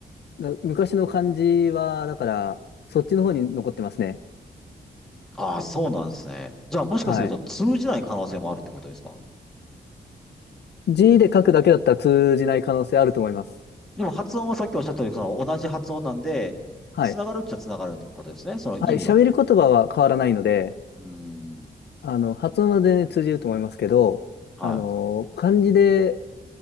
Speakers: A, on the left; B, in the centre.
A: だ昔の漢字は、だから、そっちの方に残ってますね。
B: ああ、そうなんですね。じゃあ、もしかすると通じない可能性もあるってことですか
A: はい。字で書くだけだったら通じない可能性あると思います。
B: でも発音はさっきおっしゃったように、その同じ発音なんで、
A: はい。
B: つながるっちゃつながるってことですね。その意味は。
A: はい。喋る言葉は変わらないので、
B: うーん。
A: あの、発音は全然通じると思いますけど、
B: はい。
A: あの、漢字で、